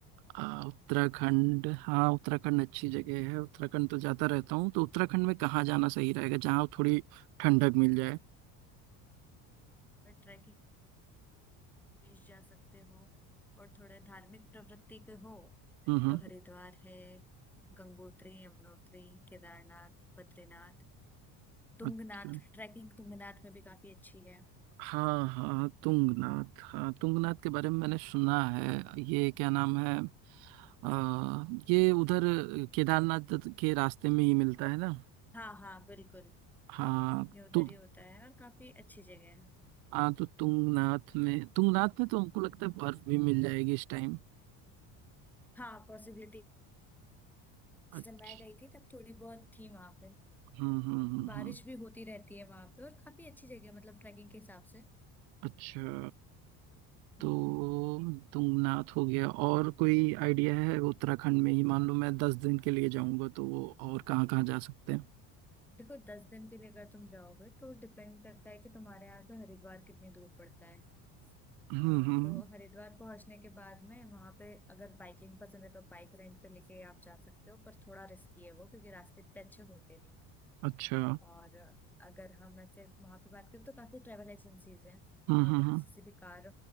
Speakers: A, on the right (about 75°); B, in the centre.
A: आ, उत्तराखंड हाँ उत्तराखंड अच्छी जगह है उत्तराखंड तो जाता रहता हूँ तो उत्तराखंड में कहाँ जाना सही रहेगा जहाँ थोड़ी ठंडक मिल जाए
B: और ट्रैकिंग देश जा सकते हो और थोड़े धार्मिक प्रवृत्ति के हो
A: हम्म हम्म
B: तो हरिद्वार है गंगोत्री यमुनोत्री केदारनाथ बद्रीनाथ तुंगनाथ
A: अच्छा
B: ट्रैकिंग तुंगनाथ में भी काफी अच्छी है
A: हाँ हाँ तुंगनाथ हाँ तुंगनाथ के बारे में मैंने सुना है ये क्या नाम है आ, ये उधर केदारनाथ के रास्ते में ही मिलता है ना
B: हाँ हाँ बिल्कुल
A: हाँ
B: ये उधर
A: तो
B: ही होता है और काफी अच्छी जगह है
A: हाँ तो तुंगनाथ में तुंगनाथ में तो हमको लगता है बर्फ भी मिल जाएगी इस टाइम
B: हाँ पॉसिबिलिटी जैसे
A: अच्छा
B: मैं गई थी तब थोड़ी बहुत थी वहां पे
A: हम्म हम्म हम्म
B: बारिश
A: हम्म
B: भी होती रहती है वहां पे और काफी अच्छी जगह है मतलब ट्रैकिंग के हिसाब से
A: अच्छा तो
B: हम्म।
A: तुंगनाथ हो गया और कोई आइडिया है उत्तराखंड में ही मान लो मैं दस दिन के लिए जाऊंगा तो वो और कहाँ कहाँ जा सकते हैं
B: देखो दस दिन के लिए अगर तुम जाओगे तो डिपेंड करता है कि तुम्हारे यहाँ से हरिद्वार कितनी दूर पड़ता है
A: हम्म
B: अ,
A: हम्म
B: तो हरिद्वार पहुंचने के बाद में वहां पे अगर बाइकिंग पसंद है तो बाइक रेंट पे लेके आप जा सकते हो पर थोड़ा रिस्की है वो क्योंकि रास्ते इतने अच्छे होते नहीं
A: अच्छा
B: और अगर हम ऐसे वहां पे बात करें तो काफी ट्रेवल एजेंसीज हैं
A: हाँ
B: वहां
A: हाँ
B: पे
A: हाँ
B: किसी से भी कार